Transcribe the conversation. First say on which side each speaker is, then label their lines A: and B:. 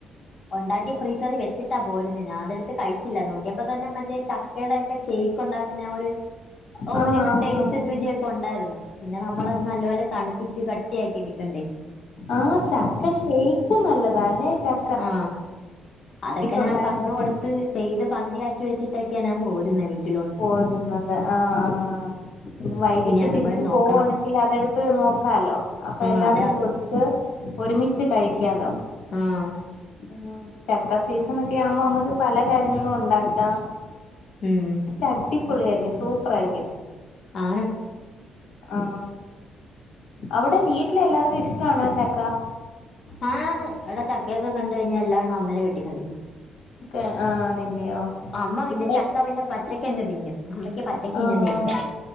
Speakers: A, on the left (about 40°); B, on the left (about 85°).
A: ഒണ്ടാക്കി ഫ്രീസറി വെച്ചിട്ടാ പോരുന്നേ ഞാ അതെടുത്ത് കഴിച്ചില്ല നോക്കിയപ്പ തന്നെ മറ്റേ ച ക്കേടെക്ക ഷെയ്ക്ക് ഉണ്ടാക്കുന്നേ ആ ഒര് ഒര്
B: ആ! ആ!
A: ടേസ്റ്റും
B: ആ!
A: രുചിയൊക്കെ ഒണ്ടായ്ര്ന്ന്. പിന്നെ നമ്മളത്
B: ആ!
A: നല്ലോലെ തണു പ്പിച്ച് കട്ടിയാക്കി ഇട്ക്കണ്ടേ
B: ആ ചക്ക ഷെയ്ക്കും നല്ലതാല്ലെ ച
A: ആ അതക്ക ഞാം
B: ഉണ്ടാക്കാനും
A: പർഞ് കൊട്ത്ത് ചെയ്ത് പകുതിയാക്കി വെച്ചിട്ടൊക്കെയ ഞാൻ പോരുന്നെ വീട്ട്
B: പോരുന്നത് ആ ആ വൈകിട്ട്
A: ഇനി അതുപോലെ
B: തിര്ച്ച്
A: നോക്കണം
B: പോവാണെങ്കി അതെട്ത്ത് നോക്കാലോ അപ്പൊ
A: ആഹ്
B: എല്ലാർക്കും
A: അതാ
B: കൊട് ത്ത് ഒരുമിച്ച് കഴിക്കാലോ
A: ആഹ്
B: ഉം ചക്ക സീസൺ ഒക്കെ ആവുമ്പോ നമ്മക്ക് പല കാര്യങ്ങളും ഒണ്ടാക്കാം
A: ഉം
B: അടിപൊളിയായിരിക്കും സൂപ്പറായിരിക്കും
A: ആണ്
B: ആ അവടെ വീട്ടില് എല്ലാർക്കും ഇഷ്ടാണോ ചക്ക
A: ആന്ന് ഇവടെ ചക്കേക്ക കണ്ട് കഴിഞ്ഞാ എല്ലാണോം അന്നേരേ വെട്ടി കണ്ടിക്കും
B: ഒക്കെ ആ നിന്റെയോ?
A: അമ്മ പിന്നെ
B: ഇവിടെ
A: ചക്ക പിന്നെ പ പച്ചക്ക് അങ്ങ് തിന്നും അമ്മക്ക് പച്ചക്ക്
B: ആ
A: തിന്ന്ന്നേ ഇഷ്ടം